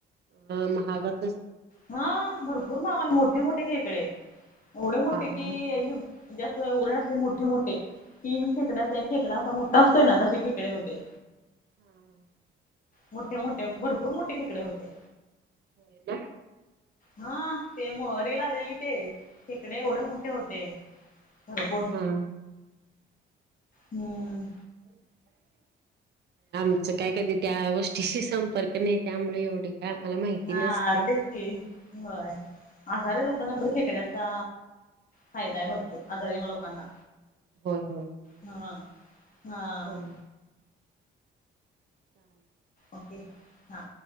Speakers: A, on the right; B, on the left.
A: हा महागच असतय.
B: हा भरपूर मावाने आणि मोठे मोठे खेकळे एवढे
A: हा
B: मोठे की
A: हा
B: आई श म्हणजे असं एवढे असे मोठे मोठे तीन खेकड्याचा एक खेकडा असा मोठा असतोय ना तसे खेकडे होते.
A: हा हा
B: मोठे मोठे, भरपूर मोठे खेकडे होते.
A: होय ना.
B: हा ते मो रिल आलेली ते. खेकडे एवढे मोठे होते, भरपूर.
A: हां.
B: हम्म.
A: <unintelligible> आमचं काय कधी त्या गोष्टीशी संपर्क नाही, त्यामुळ एवढी काय आम्हाला माहिती
B: हा
A: नसते.
B: तेच की होय. आजारी लोकांना तर खेकड्याचा फायदाय भरपूर, आजारे लोकांना.
A: होय होय.
B: हां, हां.
A: बरोबर. चालेल.
B: ओके हां.